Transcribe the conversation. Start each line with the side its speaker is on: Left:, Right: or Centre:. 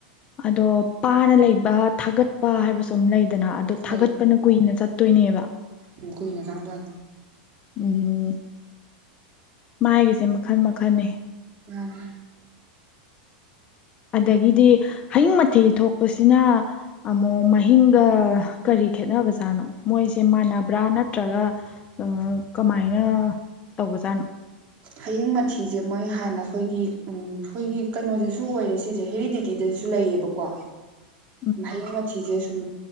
Left: ꯑꯗꯣ ꯄꯥꯅ ꯂꯩꯕ ꯊꯥꯒꯠꯄ ꯍꯥꯏꯕꯁꯨ ꯑꯝ ꯂꯩꯗꯅ ꯑꯗꯣ
Right: ꯂꯩ
Left: ꯊꯥꯒꯠꯄꯅ ꯀꯨꯏꯅ ꯆꯠ ꯇꯣꯏꯅꯦꯕ
Right: ꯎꯝ ꯀꯨꯏꯅ ꯆꯪꯗꯣꯏꯅꯦ
Left: ꯎꯝ ꯃꯥꯏꯒꯤꯁꯦ ꯃꯈꯜ ꯃꯈꯜꯅꯤ
Right: ꯃꯅꯦ
Left: ꯑꯗꯒꯤꯗꯤ ꯍꯌꯤꯡ ꯃꯊꯤ ꯊꯣꯛꯄꯁꯤꯅ ꯑꯃꯣꯡ ꯃꯍꯤꯡꯒ ꯀꯔꯤ ꯈꯦꯠꯅꯕꯖꯥꯠꯅꯣ ꯃꯣꯏꯖꯦ ꯃꯥꯟꯅꯕ꯭ꯔꯥ ꯅꯠꯇ꯭ꯔꯒ ꯑꯥ ꯀꯃꯥꯏꯅ ꯇꯧꯕꯖꯥꯠꯅꯣ
Right: ꯍꯌꯤꯡ ꯃꯊꯤꯖꯦ ꯃꯣꯏ ꯍꯥꯟꯅ ꯈꯣꯏꯒꯤ ꯎꯝ ꯈꯣꯏꯒꯤ ꯀꯩꯅꯣꯗꯖꯨ ꯑꯣꯏꯔꯦ ꯁꯤꯁꯦ ꯍꯦꯔꯤꯗꯤ ꯒꯤꯗꯁꯨ ꯂꯩꯌꯦꯕꯥꯀꯣ
Left: <inaudible>
Right: ꯍꯌꯦꯡ ꯃꯊꯤꯁꯦ ꯁꯨꯝ